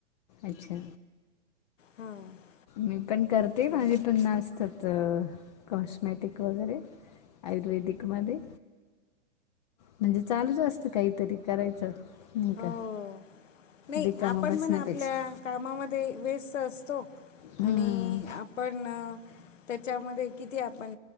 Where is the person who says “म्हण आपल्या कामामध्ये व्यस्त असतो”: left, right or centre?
Left